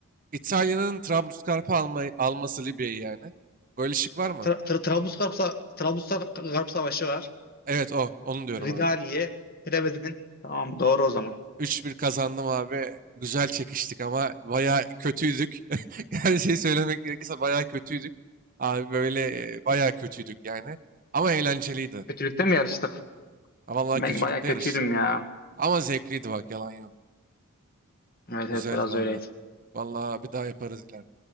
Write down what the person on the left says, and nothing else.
Tra Tra- Trablusgarp Sa- Trablusgarp Savaşı var.
Ridali'ye
Preved'in. Tamam doğru o zaman.
Kötülükte mi yarıştık?
Ben
baya kötüydüm
ya.
Evet
evet biraz
öyleydi.